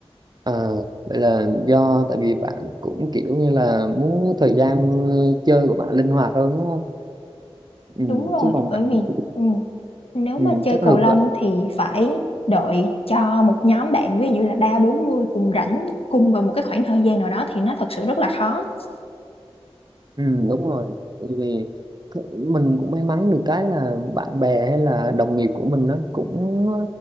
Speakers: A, on the right; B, on the left.
A: À, vậy là do tại vì bạn cũng kiểu như là muốn thời gian ờ, chơi của bạn linh hoạt hơn đúng không? Ừ,
B: đúng rồi
A: chứ còn
B: bởi
A: mình
B: vì ừ, nếu
A: ừ,
B: mà chơi
A: chắc
B: cầu
A: ngược
B: lông
A: lại.
B: thì phải đợi cho một nhóm bạn ví dụ như là ba bốn người cùng rảnh cùng vào một cái khoảng thời gian nào đó thì nó thật sự rất là khó
A: Ừ, đúng rồi. Tại vì c- mình cũng may mắn được cái là bạn bè hay là đồng nghiệp của mình nó cũng